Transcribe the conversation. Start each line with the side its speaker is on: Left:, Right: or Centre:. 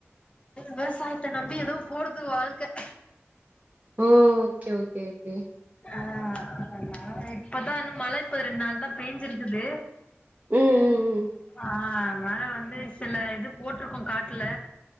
Left: விவசாயத்த நம்பி ஏதோ போகுது வாழ்க்க
Right: ஓ ஓகே ஓகே ஓகே
Left: ஆ <unintelligible> இப்பதான் இன்னும் மழை இப்ப ரெண்டு நாள் தான் பேஞ்சு இருக்குது
Right: ம் ம் ம்
Left: ஆ மேன வந்து சில இது போட்டிருக்கோம் காட்டுல